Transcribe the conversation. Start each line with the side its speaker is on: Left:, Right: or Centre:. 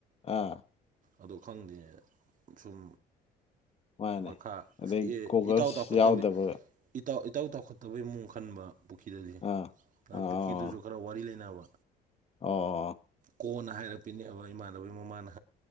Left: ꯑꯥ
Right: ꯑꯗꯣ ꯈꯪꯗꯦꯅꯦ ꯁꯨꯝ
Left: ꯃꯥꯅꯦ
Right: ꯃꯈꯥ
Left: ꯑꯗꯩ ꯒꯣꯒꯜꯁ
Right: ꯏꯇꯥꯎ ꯇꯥꯎꯈꯠꯇꯕꯤ
Left: ꯌꯥꯎꯗꯕ
Right: ꯏꯇꯥꯎ ꯏꯇꯥꯎ ꯇꯥꯎꯈꯠꯇꯕꯩ ꯃꯑꯣꯡ ꯈꯟꯕ ꯄꯨꯈ꯭ꯔꯤꯗꯗꯤ
Left: ꯑꯥ
Right: ꯑꯗꯨ
Left: ꯑꯥ
Right: ꯄꯨꯈ꯭ꯔꯤꯗꯨꯁꯨ ꯈꯔ ꯋꯥꯔꯤ ꯂꯩꯅꯕ
Left: ꯑꯣ
Right: ꯀꯣꯟꯅ ꯍꯥꯏꯔꯛꯄꯤꯅꯦꯕ ꯏꯃꯥꯟꯅꯕꯩ ꯃꯃꯥꯅ